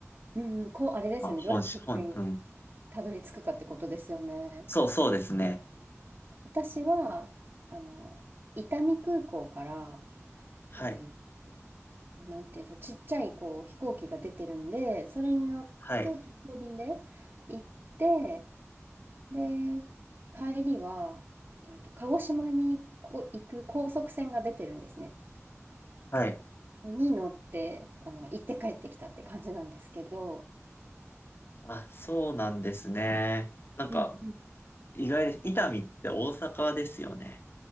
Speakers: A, on the right; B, on the left.
A: うん、こう、あれですよね。
B: まあ、
A: どうやってそこに
B: 本州、本、うん。
A: たどり着くかってことですよね。
B: そうそうですね。
A: 私は、あの、伊丹空港から、
B: はい、
A: えーなんていうんですか、ちっちゃいこう飛行機が出てるんで、それに乗って直行便で行って、
B: はい、
A: で、帰りは、えっと、鹿児島にこ行く高速船が出てるんですね。
B: はい。
A: でに乗って、あの、行って帰ってきたって感じなんですけど、
B: あ、そうなんですね。なんか、
A: うんうん。
B: 意外です。伊丹って大阪ですよね。